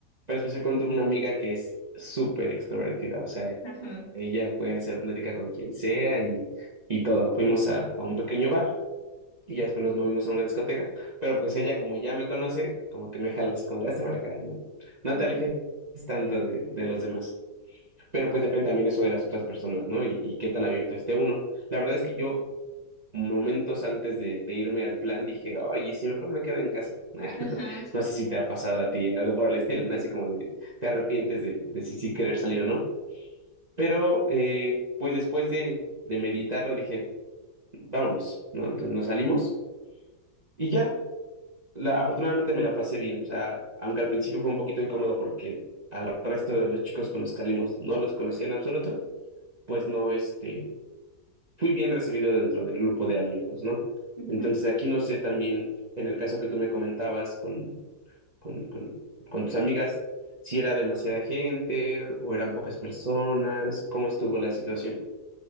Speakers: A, on the right; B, on the left.
A: pero específicamente una amiga que es súper extrovertida, o sea,
B: ajá,
A: ella puede hacer plática con quien sea y, y todo. Fuimos a, a un pequeño bar y ya después nos movimos a una discoteca. Pero pues ella, como ya me conoce, como que me jala así como de hazte para acá. No, no
B: ajá,
A: te alejes tanto de, de los demás. Pero pues depende también eso de las otras personas, ¿no? Y, y qué tan abierto esté uno. La verdad es que yo, momentos antes de, de irme al plan, dije, oye, si mejor me quedo en casa. <laughs>
B: ajá,
A: No sé si te ha pasado a ti algo por el estilo, ¿no? Así como de te arrepientes
B: Sí.
A: de, de si sí querer salir o no. Pero eh, pues después de, de meditarlo, dije, vámonos, ¿no? Entonces nos salimos. Y ya, la- afortunadamente me la pasé bien, o sea, aunque al principio fue un poquito incómodo porque al resto de los chicos con los que salimos no los conocía en absoluto, pues no, este, fui bien recibido dentro del grupo de amigos, ¿no?
B: ujú.
A: Entonces aquí no sé también, en el caso que tú me comentabas con, con, con, con tus amigas, si era demasiada gente o eran pocas personas, cómo estuvo la situación.